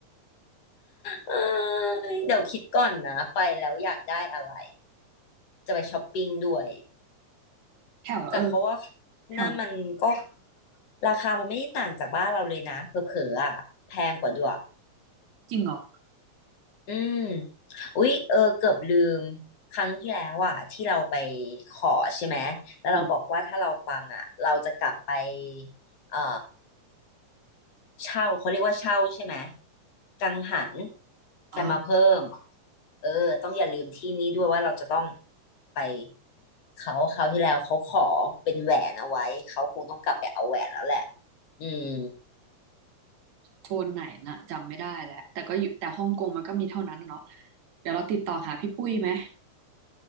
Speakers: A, on the left; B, on the right.
A: เอ้ยเดี๋ยวคิดก่อนนะไปแล้วอยากได้อะไรจะไปช้อปปิ้งด้วย
B: แถวเออ
A: แต่เขาว่า
B: แถว
A: นั่นมันก็ราคามันไม่ได้ต่างจากบ้านเราเลยนะเผลอๆอ่ะแพงกว่าด้วย
B: จริงเหรอ
A: อืมอุ๊ยเออเกือบลืมครั้งที่แล้วอ่ะที่เราไปขอใช่ไหมแล้วเราบอกว่าถ้าเราปังอ่ะเราจะกลับไป
B: อืม
A: เอ่อเช่าเขาเรียกว่าเช่าใช่ไหมกังหัน
B: อ๋อ
A: กันมาเพิ่มเออต้องอย่าลืมที่นี้ด้วยว่าเราจะต้องไปเขาคราวที่แล้วเขาขอเป็นแหวนเอาไว้เขาคงต้องกลับไปเอาแหวนแล้วแหละอืม
B: โซนไหนน่ะจำไม่ได้แล้วแต่ก็อยู่แต่ฮ่องกงมันก็มีเท่านั้นเนาะเดี๋ยวเราติดต่อหาพี่ปุ้ยไหม